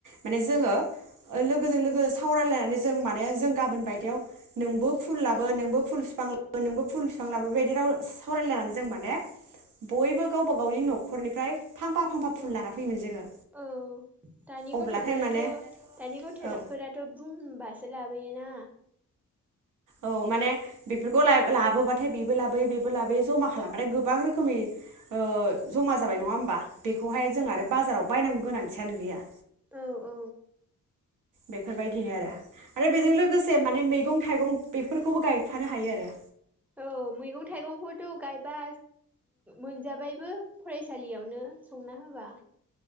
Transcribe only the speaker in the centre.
औ
औ
औ दानि
गथ'फोराथ'
दानि गथ'
फोरथ' बुंबासो लाबोयोना
औ
औ औ
औ मैगं थाइगंखौथ' गायबा मोनजाबाय बो फरायसालियावनो संना होबा